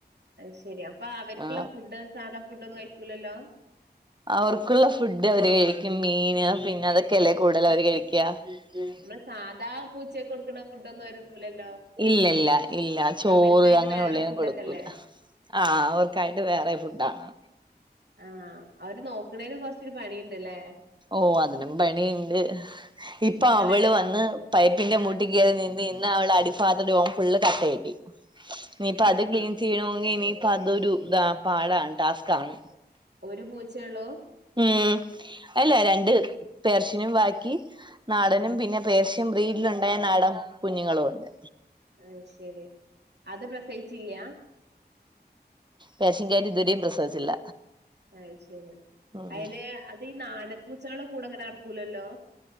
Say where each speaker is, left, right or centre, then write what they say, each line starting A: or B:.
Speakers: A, on the right; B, on the right.
A: അയ് ശരി അപ്പ അവർക്കുള്ള
B: ആ
A: ഫുഡ് സാധാ ഫുഡ് ഒന്നും കഴിക്കൂലല്ലോ?
B: അവർക്കുള്ള ഫുഡ് അവര് കഴിക്കും മീൻ പിന്നെ അതൊക്കെയല്ലേ കൂടുതല് അവര് കഴിക്കാ ഉം ഉം
A: നമ്മളെ സാധാ പൂച്ചേ ക്ക് കൊടുക്കണ ഫുഡൊന്നും അവരൊന്നുമില്ലല്ലോ
B: ഇല്ല ഇല്ല ഇല്ല ചോറ്
A: അവർക്കായിട്ട്
B: അങ്ങനെ
A: വേറെ
B: ഒള്ളേ
A: ഫുഡൊക്കെ
B: ഒന്നും കൊടുക്കൂല
A: അല്ലേ
B: ആഹ് അവർക്കായിട്ട് വേറെ ഫുഡാണ്
A: ആഹ് അവരെ നോക്കണേന് കൊറച്ചൊരു പണിയ്ണ്ട്ല്ലേ
B: ഓഹ് അതിനും പണിയുണ്ട് ഇപ്പ
A: നിങ്ങളെ
B: അവള് വന്ന് പൈപ്പിന്റെ
A: ആ
B: മൂട്ടിക്കയറി നിന്ന് നി നിന്ന് അവളെ അടി <unintelligible> ഫുള്ള് കട്ട ആയി പോയി ഇനിയിപ്പ അത്
A: ആണോ
B: ക്ലീൻ ചെയ്യണോങ്കി ഇനി അപ്പ അതൊരു ഇതാ പാടാണ് ടാസ്ക്കാണ്
A: ഒരു പൂച്ചേ ഉള്ളൂ
B: ഉം അല്ല രണ്ട് പേർഷ്യനും ബാക്കി
A: ആഹ്
B: നാടനും പിന്നെ പേർഷ്യൻ ബ്രീഡിൽ ഒണ്ടായ നാടൻ കുഞ്ഞുങ്ങളും ഒണ്ട്
A: അത് ശരി അത് പ്രസയിച്ചില്ല
B: പേർഷ്യൻ ക്യാറ്റ് ഇതുവരെയും പ്രസവിച്ചില്ല
A: അത് ശരിയാ
B: ഉം
A: അയിന് അത് ഈ നാടൻ പൂച്ചകളുടെ കൂടെങ്ങനെ നടക്കൂലല്ലോ